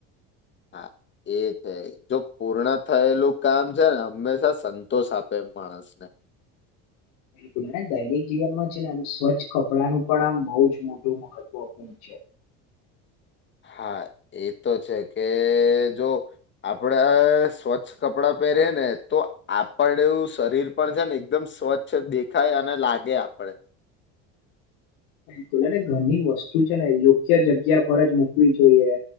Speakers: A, on the left; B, on the left.
A: હા એ છે, જો પૂર્ણ થયેલું કામ છેને, હંમેશા સંતોષ આપે માણસ ને
B: <inaudible> દૈનિક જીવનમાં છેને, આમ સ્વચ્છ કપડાંનું પણ આમ બહુ જ મોટું મહત્વપૂર્ણ છે. <inaudible>
A: હા, એ તો છે, કે જો આપડે સ્વચ્છ કપડાં પહેરીએ, ને તો આપડવું શરીર પણ છે, ને એકદમ સ્વચ્છ દેખાય, અને લાગે આપડે
B: બિલકુલને ઘરની વસ્તુ છેને, યોગ્ય જગ્યા પર જ મુૂકવી જોઈએ